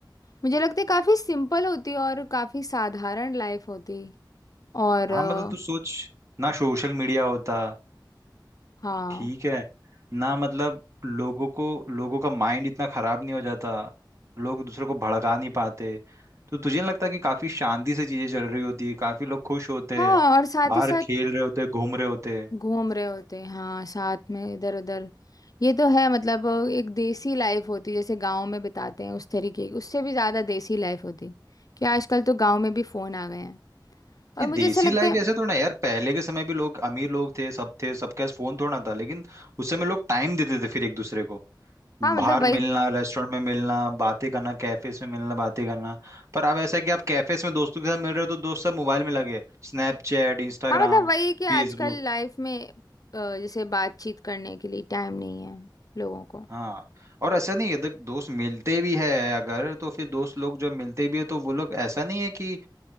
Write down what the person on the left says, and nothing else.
मुझे लगता है काफ़ी सिंपल होती और काफ़ी साधारण लाइफ होती और
अ,
हाँ
हाँ
और साथ
ही साथ
घूम रहे होते हैं हाँ साथ में इधर उधर ये तो है मतलब एक देसी लाइफ होती जैसे गांव में बिताते हैं उस तरीके की उससे भी ज़्यादा देसी लाइफ होती कि आजकल तो गांव में भी फ़ोन आ गए हैं और
मुझे ऐसा लगता
है
हाँ
मतलब वही
हाँ मतलब वही है कि आजकल
लाइफ में अ, जैसे बातचीत करने के लिए टाइम नहीं है लोगों को